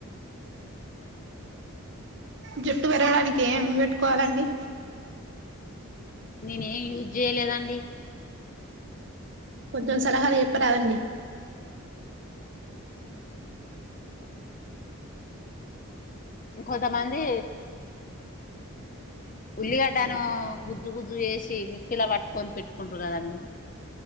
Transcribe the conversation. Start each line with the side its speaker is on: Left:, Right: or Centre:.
Right: జుట్టు పెరగడానికి ఏం వెట్కోవాలండి.
Left: నేనేం యూజేయలేదండి.
Right: కొంతం సలహాలు చెప్పరాదండి.
Left: కొంతమంది. ఉల్లిగడ్డాను గుజ్జు గుజ్జు చేసి మిక్సీల వట్. కొన్పెట్టుకుంటున్నర్ అండి